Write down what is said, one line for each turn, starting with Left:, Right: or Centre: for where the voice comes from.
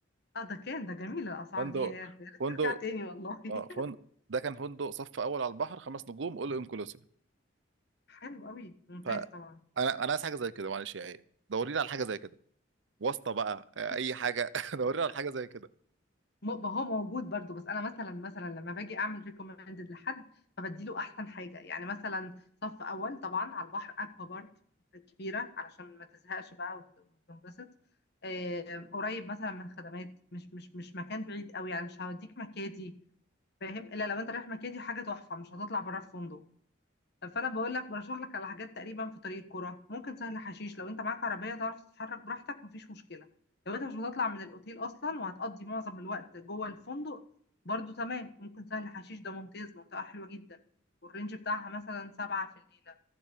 Left: اه ده كان ده جميل الاسعار
Right: فندق
Left: دي ياه، يا ريت
Right: فندق
Left: ترجع تاني والله <laughs>
Right: اه فندق ده كان فندق صف اول على البحر خمس نجوم اول انكلوسيف
Left: حلو قوي ممتاز
Right: فانا
Left: طبعا
Right: انا عايز حاجه زي كده معلش يا ايه دورينا على حاجه زي كده واسطه بقى آه،
Left: بس
Right: اي حاجه <laughs> دورينا على حاجه زي كده
Left: م- هو موجود برضو بس انا مثلا مثلا لما باجي اعمل ريكومندد لحد فبدي له احسن حاجه يعني مثلا صف اول طبعا على البحر اكوا بارك كبيره علشان ما تزهقش بقى وت- وتنبسط آم، قريب مثلا من الخدمات مش مش مش مكان بعيد قوي يعني مش هوديك مكادي فاهم الا لو انت رايح مكادي حاجه تحفه مش هتطلع بره الفندق فانا بقول لك برشح لك على حاجات تقريبا في طريق الكرة ممكن سهل حشيش لو انت معاك عربيه تعرف تتحرك براحتك مفيش مشكله لو انت مش هتطلع من الاوتيل اصلا وهتقضي معظم الوقت جوه الفندق برضو تمام ممكن سهل حشيش ده ممتاز منطقه حلوه جدا والرينج بتاعها مثلا سبعة في الليله